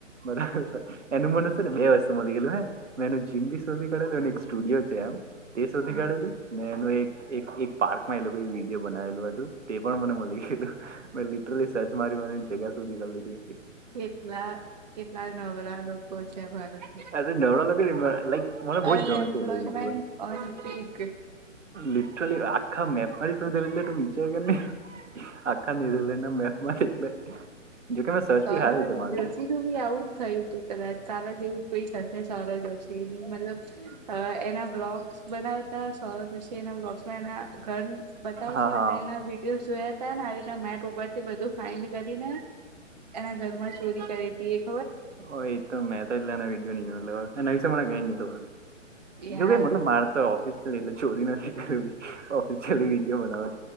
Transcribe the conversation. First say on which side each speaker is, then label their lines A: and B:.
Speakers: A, on the right; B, on the right.
A: મતલબ એનું મને છે બે વસ્તુ મળી ગયલું હે મેં એનું જીમ બી શોધી કરાેલું અને એક સ્ટુડિયો છે એમ તે સૌઘી
B: હમ
A: કાઢેલું એનુ એક એક એક પાર્કમાં એ લોકોએ વિડીયો બનાવેલું હતું તે પણ મને મળી ગયેલું મે લીટર્રલી સર્ચ મારી અને એ જગ્યા સુધી કરી લે
B: કેટલા કેટલા નવરા લોકો છે ભારતમાં
A: અરે નવરા લોકો લાઈક મને બહુ
B: unemployment
A: જ ગમે છે એટલો YouTuber
B: on peak
A: literally આખા માપમાં થી શોઘી એટલે તુ વિચાર કરને આખા ન્યુઝીલેન્ડ ના મેપમાં એટલે જોકે મેં સર્ચ
B: સૌરવ
A: બી હારી રીતે મારેલી
B: જોશીનું બી આવુંજ થયું હતું કદાચ તારા જેવું પૈસા થશે સૌરભ જોશી મતલબ એના વ્લોગસ બનાવતા સૌરભ જોશી એના એના ઘર બતાવતા
A: હા
B: હો
A: હા
B: તો એના વિડીયોસ જોયા તા ને આવી રીતે મેપ ઉપર થી બધું ફાઇન્ડ કરીને એના ઘરમાં ચોરી કરે હતી એક
A: હો એ તો મેં તો એટલેના વિડીયો ન જોયા એના વિશે મને કઈ નહી ખબર
B: છે યાર
A: જો કઈ મતલ માર તો ઓફિસલી એટલે ચોરી નથી કરવી ઓફિસલી વિડીયો બનાવુ